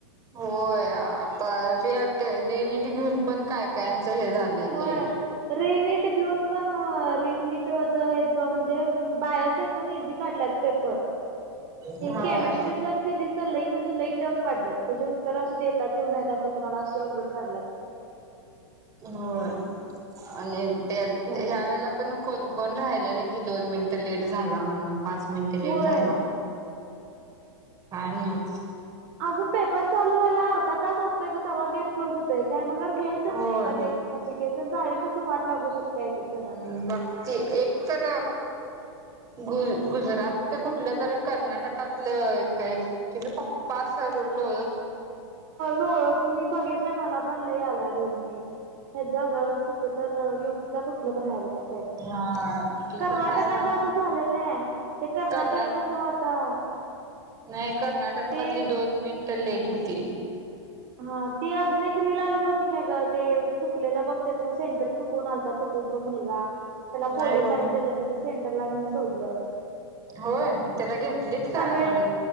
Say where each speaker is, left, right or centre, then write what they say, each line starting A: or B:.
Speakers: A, on the right; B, on the right.
A: होय आता रे वाटते र नीट घेऊन पण काय काच हे झालंय
B: होय
A: की
B: रिनीट घेऊन काण रिननीटच हे बा म्हणज ते बायाचा एकदम इझी काढले पेपर
A: होय
B: केमिस्ट्री आणि फिजिक्स लई म्हणजे लई टफ काढलात त्याचे उत्तर असे देतात येऊ नयेत असं कुणाला अे अवघड काढला
A: होय आणि त्या
B: असं झालंय
A: ह्या वेळेला पण कोण कोण राहिलेले की दोन मिनिटं लेट झाला म्हणून पाच मिनिटं लेट
B: होय
A: झाला काय नाहीच
B: अजून पेपर चालू व्हायला अर्धा तास असतोय ग तवा गेट क्लोज होतय काय म्हणल्यावर घ्यायचं
A: होय
B: नाही कधी अ त्यांच आयुष्यात वाट लागू शकताय एक एक जण
A: बघती एक तर गु गुजरात कुठलं जरी कर्नाटकातलं तिथे पप्पा सरलो
B: लोळ तुम्ही बघितलंय मला बनलं याला रिल ती हेच ग कुठ तर युपी का कुठलं तर हाय बघ त्या साईड
A: हा कुठलं
B: कर्नाटकातलं
A: तर हाय ना
B: असं झालेलं नाही ते कर्नाटकला
A: कर्नाट
B: तो आता
A: नाही कर्नाटक
B: ते
A: मधली दोन मिनटं लेट होती
B: हा ती अजून एक रिल आली नव्हती काय का ते चुकलेलं बघ त्याच सेंटर चुकवून आलता तो मुलगा त्याला पोलिसांनी
A: नाही ग मग
B: त्याच्या त्याच्या सेंटरला नेऊन सोडलं
A: होय त्याला घेतलीत काय
B: तमिळ
A: आत मध्ये